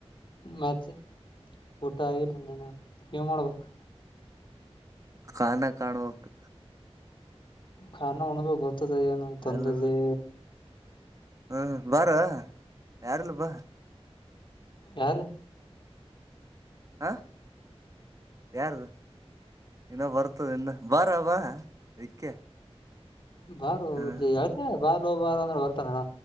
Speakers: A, on the left; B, on the right.
A: ಮತ್ತೆ ಊಟ ಆಗಿಲ್ಲನ್ನ ಏನ್ ಮಾಡ್ಬೇಕು.
B: ಕಾನ ಕಾಣ್ಬೇಕು.
A: ಕಣ ಉಣಬೇಕ್ ಗೊತ್ತದ ಏನ ತಂದ್
B: ಅಲ್
A: ಇಲ್ಲಿ.
B: ಹ್ಮ್ ಬಾರೋ ಯಾರಿಲ್ಲ ಬಾ.
A: ಯಾರು
B: ಹಾ ಯಾರದು ಇನ್ನ ಬರ್ತದ ಇನ್ನ ಬಾರವಾ ಇಕ್ಕೆ
A: ಬಾರೊ
B: ಹ
A: ಹೆಳ್ಕ ಬಾರೊ ಬಾರೊ ಅಂದ್ರೆ ಬರ್ತಾನಣ.